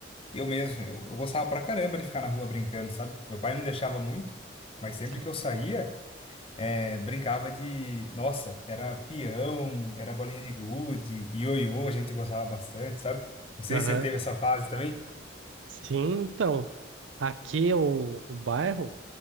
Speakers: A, on the left; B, on the right.
A: Eu mesmo, eu, eu gostava pra caramba de ficar na rua brincando, sabe? Meu pai não deixava muito, mas sempre
B: sei.
A: que eu saía, é, brincava de. Nossa, era peão, era bolinha de gude, ioiô, a gente gostava bastante, sabe? Não sei
B: Aham.
A: se você teve essa fase também.
B: Sim, então, aqui o, o bairro,